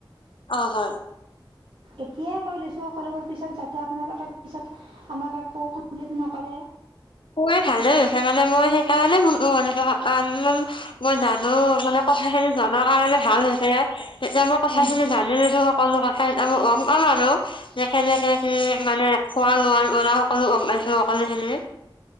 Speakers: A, on the left; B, on the right.
A: অঁ হয়
B: এতিয়াই কৈ লৈছোঁ সকলোবোৰ পিছত যাতে আপোনালোকে পিছত আমাক একো কমপ্লিট নকৰে।
A: ও আই ভালে হৈছে মানে মই সেইকাৰণে ফোনটো‌ কৰিছো আনন'ন মই জানো মানে কথা খিনি জানাৰ কাৰণে ভাল হৈছো। তেতিয়া মই কথাখিনি
B: হয়
A: জানি লৈছো সকলো কথাই গ'ম পাম আৰু। সেকেনে খিনি মানে খোৱা লোৱাৰ পৰা‌ সকলো গ'ম পাইছো সকলো খিনি।